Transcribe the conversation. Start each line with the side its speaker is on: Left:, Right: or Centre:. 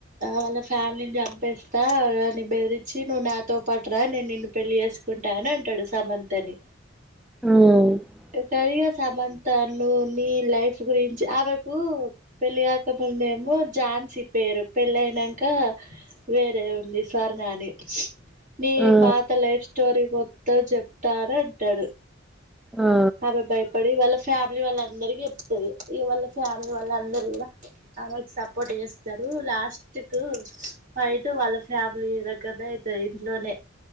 Right: వాళ్ళ ఫ్యామిలీని చంపేస్తా అని బెదిరించి నువ్వు నాతో పాటు రా నేను నిన్ను పెళ్ళి చేసు కుంటా అని అంటాడు సమంత నీ
Centre: ఆ
Right: కాని దిగా సమం తను నీ లైఫ్ గురించి ఆమెకు పెళ్లికాకముందేమో జాన్స్ పే రు పెళ్ళయినమ్కా వేరే ఉంది సరే స్వర్ణ నీ
Centre: ఆ
Right: పాత లైఫ్ స్టోరీ మొ త్తం చెప్తా అని అంటాడు
Centre: ఆ
Right: ఆమె భయపడి వాళ్ళ ఫ్యామిలీ వాళ్ళ అందరికి చెప్తుంది ఇగ వాళ్ళ ఫ్యామిలీ వాళ్ళ అందరు కూడా అమెకి సపోర్ట్ చేస్తారు లాస్ట్ కు ఫైట్ వాళ్ళ ఫ్యామిలీ దగ్గరనే అయితది ఇంట్లోనే